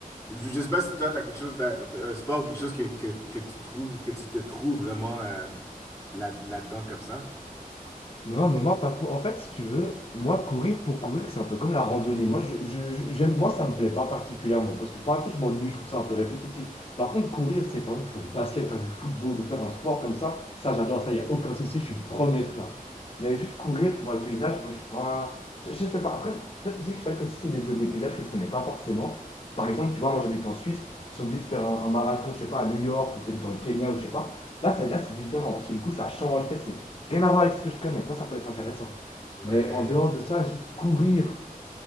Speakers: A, on the left (about 20°); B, on the left (about 40°).
A: je, je sais pas si toi, tu as quelque chose, d'un d'un sport ou quelque chose que, que, que tu trouves, que tu te trouves vraiment euh, là, là-dedans comme ça.
B: Non, mais moi pas trop. En fait, si tu veux, moi courir pour courir, c'est un peu comme la randonnée. Moi, je, je- je- j'aime, moi ça me plaît pas particulièrement parce que pour la fois, je m'ennuie, je trouve ça un peu répétitif. Par contre, courir, c'est par exemple faire du basket, faire du football ou faire un sport comme ça. Ça, j'adore ça. Il y a aucun souci, je suis le premier
A: Mm.
B: à être là. Mais juste courir pour voir le paysage, moi, je suis pas. Je, je sais pas. Après, peut-être aussi que c'est vrai que si c'est des, des paysages que je connais pas forcément. Par exemple, tu vois, moi j'habite en Suisse. Si on me dit de faire un, un marathon, je sais pas, à New York ou peut-être dans le Kenya ou je sais pas. Là, c'est là, c'est différent parce que du coup, ça change. Tu sais, c'est Rien à voir avec ce que je connais, ça, ça peut être intéressant.
A: Ouais.
B: Mais en dehors de ça, juste courir,